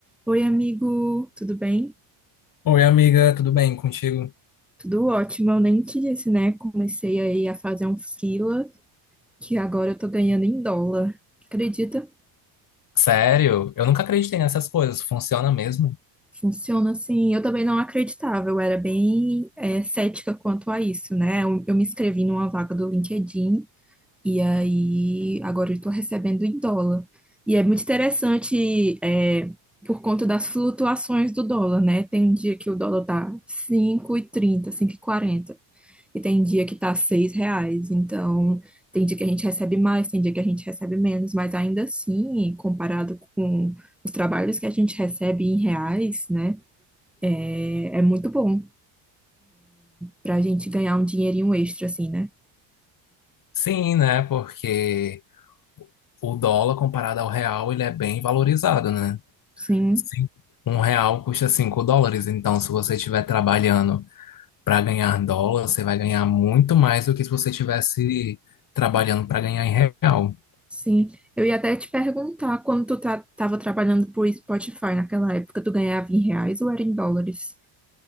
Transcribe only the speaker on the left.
Oi, amiga, tudo bem contigo?
Sério? Eu nunca acreditei nessas coisas. Funciona mesmo?
Sim, né? Porque o dólar comparado ao real, ele é bem valorizado, né?
Sim. Um real custa 5 dólares. Então, se você estiver trabalhando para ganhar dólar, você vai ganhar muito mais do que se você estivesse trabalhando para ganhar em real.